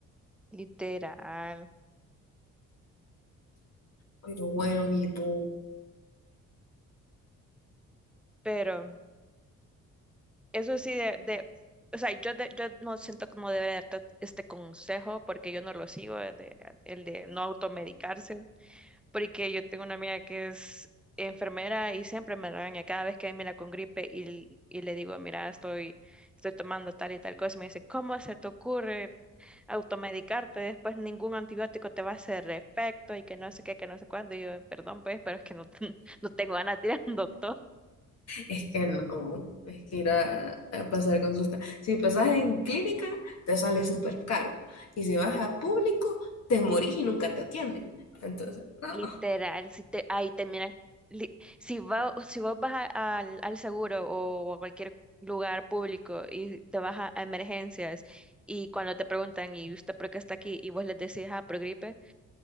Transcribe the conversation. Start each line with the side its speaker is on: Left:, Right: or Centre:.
Centre: Literal.
Left: Pero bueno, ni modo.
Centre: Pero eso sí de, de o sea, yo, de- yo no siento como deber darte este consejo porque yo no lo sigo, el de, el de no automedicarse, porque yo tengo una amiga que es enfermera y siempre me regaña cada vez que mira con gripe y, y le digo, mira, estoy, estoy tomando tal y tal cosa, y me dice, ¿cómo se te ocurre automedicarte? Después ningún antibiótico te va a hacer efecto y que no sé qué, que no sé cuándo. Y yo, perdón, pues, pero es que no, <laughs> no tengo ganas de ir al doctor.
Left: Es que no, es que ir a, a pasar consulta. Si pasas en clínica, te sale súper caro. Y si vas a público, te morís y nunca te atienden. Entonces, no.
Centre: Literal, si te, ahí te mira, li- si va, si vos vas a- al, al seguro o a cualquier lugar público y te vas a, a emergencias y cuando te preguntan y usted por qué está aquí y vos les decís, ah, por gripe,